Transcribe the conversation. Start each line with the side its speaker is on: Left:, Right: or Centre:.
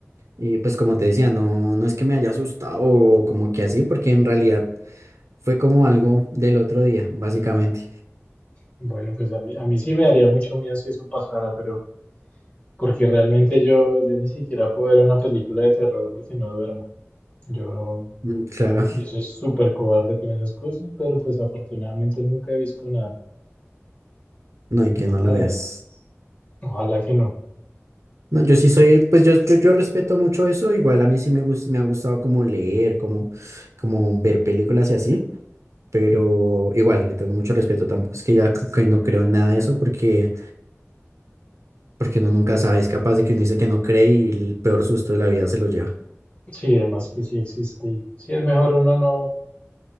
Right: y pues como te decía, no, no es que me haya asustado o como que así, porque en realidad fue como algo del otro día, básicamente.
Left: Bueno, pues a mí, a mí sí me daría mucho miedo si eso pasara, pero porque realmente yo, yo ni siquiera puedo ver una película de terror porque no duermo. Yo,
Right: Mm, Claro,
Left: yo soy súper cobarde con esas cosas, pero pues afortunadamente nunca he visto nada,
Right: no hay que
Left: nada
Right: no lo veas.
Left: de nada. Ojalá que no.
Right: No, yo sí soy, pues yo, yo, yo respeto mucho eso, igual a mí sí me gus- me ha gustado como leer, como, como ver películas y así, pero igual le tengo mucho respeto, tampoco es que ya que no creo en nada de eso porque, porque uno nunca sabe, es capaz de que uno dice que no cree y el peor susto de la vida se lo lleva.
Left: Sí, además que sí existe y sí es mejor uno no,